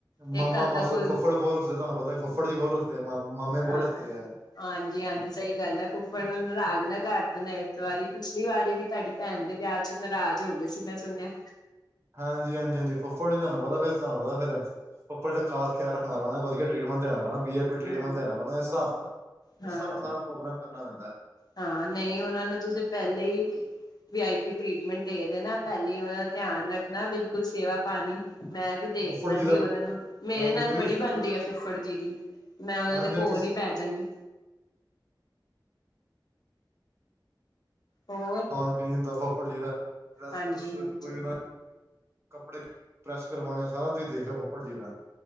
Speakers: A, on the left (about 55°); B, on the right (about 30°).
A: ਇਹ
B: ਮਾਮਾ
A: ਘਰ ਦਾ
B: ਮਾਸੜ
A: ਕੋਈ।
B: ਫੁੱਫੜ ਬਹੁਤ ਹੱਸਦੇ ਤੁਹਾਨੂੰ ਪਤਾ ਫੁੱਫੜੀ ਜੀ ਬਹੁਤ ਹਸਦੇ ਮਾਮੇ
A: ਹਾਂ
B: ਬਹੁਤ ਹਸਦੇ ਹੈ।
A: ਹਾਂਜੀ, ਹਾਂਜੀ ਸਹੀ ਗੱਲ ਹੈ ਫੁੱਫੜਣ ਨੂੰ ਨਾਰਜ਼ ਨਾ ਕਰ ਦੇਣਾ ਇਸ ਵਾਰੀ ਪਿਛਲੀ ਵਾਰੀ ਵੀ ਤੁਹਾਡੀ। ਭੈਣ ਦੇ ਵਿਆਹ ਚ ਨਾਰਾਜ਼ ਹੋ ਗਏ ਸੀ ਮੈਂ ਸੁਣਿਆ।
B: ਹਾਂਜੀ, ਹਾਂਜੀ, ਹਾਂਜੀ ਫੁਫੜ ਜੀ ਤੁਹਾਨੂੰ ਪਤਾ ਫਿਰ ਤੁਹਾਨੂੰ ਪਤਾ ਫੇਰ। ਫੁਫ਼ੜ ਦਾ ਖਾਸ ਖਿਆਲ ਰੱਖਣਾ ਪੈਣਾ ਵਧੀਆ ਟਰੀਟਮੈਂਟ ਦੇਣਾ ਪੈਣਾ ਬਾਈ ਇਹ। ਟਰੀਟਮੈਂਟ
A: ਹਾਂ
B: ਦੇਣਾ ਪੈਣਾ ਇਸ ਹਿਸਾਬ ਨਾਲ
A: ਹਾਂ
B: ਉਸ ਹਿਸਾਬ ਨਾਲ ਸਾਰਾ ਪ੍ਰੋਗਰਾਮ ਕਰਨਾ ਪੈਂਦਾ।
A: ਹਾਂ ਨਹੀਂ, ਉਹਨਾਂ ਨੂੰ ਤੁਸੀਂ ਪਹਿਲੇ ਹੀ। ਵੀ ਆਈ ਪੀ ਟਰੀਟਮੈਂਟ ਦੇ ਦੇਨਾ ਪਹਿਲੇ ਹੀ ਉਹਨਾ ਦਾ ਧਿਆਨ। ਨਾ ਬਿਲਕੁਲ ਸੇਵਾ ਪਾਣੀ ਮੈਂ ਵੀ ਦੇਖ
B: ਫੁੱਫੜ
A: ਲਾਂਗੀ
B: ਜੀ ਦਾ
A: ਉਹਨਾਂ ਨੂੰ। ਮੇਰੇ
B: ਹਾਂਜੀ
A: ਨਾਲ
B: ਤੁਸੀਂ
A: ਬੜੀ ਬਣਦੀ ਹੈ ਫੁੱਫੜ ਜੀ ਦੀ ਮੈਂ ਉਹਨਾਂ
B: ਹਾਂਜੀ
A: ਦੇ ਕੋਲ
B: ਤੁਸੀਂ
A: ਹੀ ਬਹਿ ਜਾਂਗੀ। ਹੋਰ
B: ਖਾਣ ਪੀਣ ਹੁੰਦਾ ਫੱਫੜ ਜੀ ਦਾ ਡਰੈਸ
A: ਹਾਂਜੀ
B: ਡਰੁੱਸ
A: ਹਾਂਜੀ
B: ਕੋਈ ਕੱਪੜੇ। ਪ੍ਰੈਸ ਕਰਾਉਣੇ ਸਾਰਾ ਤੁਸੀਂ ਦੇਖ ਲਓ ਫੁੱਫੜ ਜੀ ਦਾ।